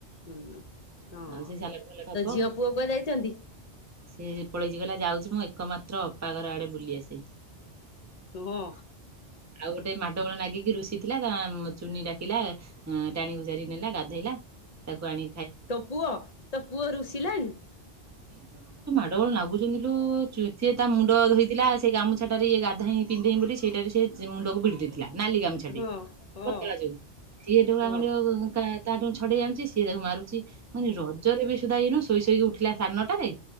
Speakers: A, on the left; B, on the right.
A: ହୁଁ ହଁ।
B: ଆଉ ସେ ସାଲାଟ ଫାଲାଟ
A: ତୋ
B: ହବ।
A: ଝିଅ ପୁଅ କୁଆଡେ ଯାଇଛନ୍ତି?
B: ସେ ଯେ ପଳେଇଚି ଗଲା ଯାଉଛି ମୁଁ ଏକମାତ୍ର ଅପା ଘର ଆଡେ ବୁଲି ଆସେ।
A: ହଁ
B: ଆଉ ଗୋଟେ ମାଡ ଗୋଳ ନାଗିକି ରୁଷି ଥିଲା ଗା ଚୁନି ଡାକିଲା, ଟାଣି ଘୋସାରି ନେଲା ଗାଧେଇଲା ତାକୁ ଆଣି
A: ତୋ ପୁଅ ତୋ ପୁଅ ରୁଷିଲାଣି।
B: ଲୋ ନାଗୁଛନ୍ତିୁ ଲୋ ସେ ତା ମୁଣ୍ଡ ଧୋଇଥିଲା ଆଜ୍ ସେ ଗାମୁଛାଟାରେ ଇଏ ଗାଧାଏନି ତିନଦିନ ବୋଲି ସେଇଟାକୁ ସେ ମୁଣ୍ଡକୁ ଭିଡ଼ି ଦେଇଥିବ ନାଲି ଗାମୁଛା ଟେ
A: ହଁ ହଁ
B: ପତଳା ଯୋଉ ସିଏ ଯଉ ଭଳିଆ
A: ହଁ
B: ଖଣ୍ଡିକ କ କା ତା ଠୁଁ ଛଡେଇ ଆଣୁଚି ସିଏ ତାକୁ ମାରୁୁ ଛି ମାନେ ରଜରେ ବି ସେ ଏଇନୁ ଶୋଇ ଶୋଇ କି ଉଠିଲା ସାଢ଼େ ନଅଟାରେ